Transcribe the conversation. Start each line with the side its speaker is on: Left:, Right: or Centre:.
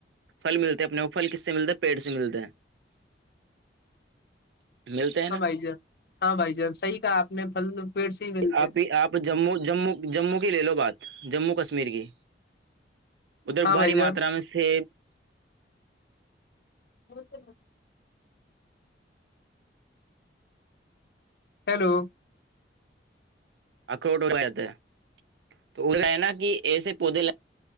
Right: پھل ملتے اپنے کو پھل کس سے ملتا ہے پیڑ سے ملتے ہیں ہیں ملتے ہیں نا
Left: ہاں بھائی جان ہاں بھائی جان صحی کہا آپ نے پھل پیڑ سے ہی ملتے
Right: آپ
Left: ہیں
Right: آپ جموں جموں جمموں کی لے لو بات جموں کشمیر کی ادھر
Left: ہاں
Right: بھاری
Left: بھائی جان
Right: ماترا میں سے
Left: ہو س ب ہیلو
Right: اخروٹ ہو جاتا ہے تو وہ ہے نا کہ ایسے پودے ل